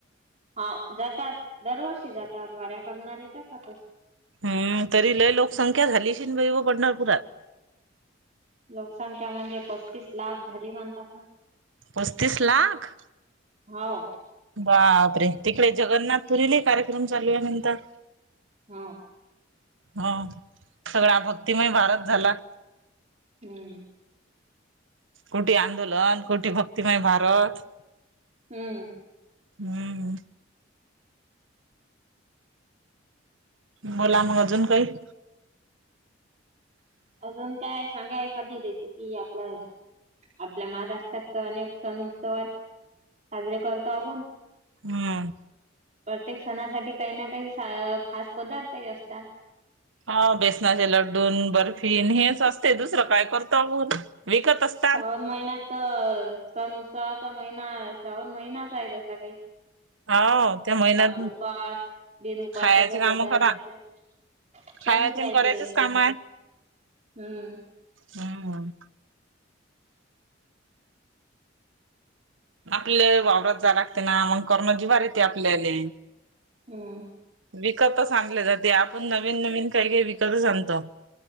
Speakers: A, on the right; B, on the right.
A: हो जातात दरवर्षी जातात. वाऱ्या करणारे जातातच.
B: हम्म तरी लय लोकसंख्या झाली. असेन बाई पंढरपूरात.
A: लोकसंख्या म्हणजे पस्तीस लाख झाली म्हणतात ना.
B: पस्तीस लाख.
A: हो.
B: बापरे तिकडे जगन्नाथपुरीले कार्यक्रम चालू ये म्हणतात.
A: हां.
B: हा सगळा भक्तीमय भारत झाला.
A: हं.
B: कुठे आंदोलन कुठे भक्तिमय भारत.
A: हम्म.
B: हम्म. बोला मग, अजून काही.
A: अजून काय सांगा. एखादी रेसिपी आपल्या, आपल्या महाराष्ट्रात तर अनेक सण उत्सवात. साजरे करतो आपुण.
B: हम्म.
A: प्रत्येक सणासाठी काही ना, काही खास पदार्थही असतात.
B: हा बेसनाचे लडू बर्फी न हेच असते, दुसरं काय करताव आपुन विकत असतं.
A: श्रावण महिन्यात तर सण उत्सवाचा, महिना श्रावण महिनाच आहे जसा काही.
B: हो त्या महिन्यात
A: उपास बिनउपासाच्या
B: खायचे काम
A: पदार्थाचे.
B: करा
A: चालूच
B: खायचे
A: रायते
B: करायचेच
A: रेलचे,
B: काम
A: हम्म
B: हं. आपल्या वावरात जा लागते ना मग करन जीवार येते आपल्याले.
A: हम्म
B: विकतच आनले जाते, आपुण नवीन नवीन काहीकाही विकतच आणतो.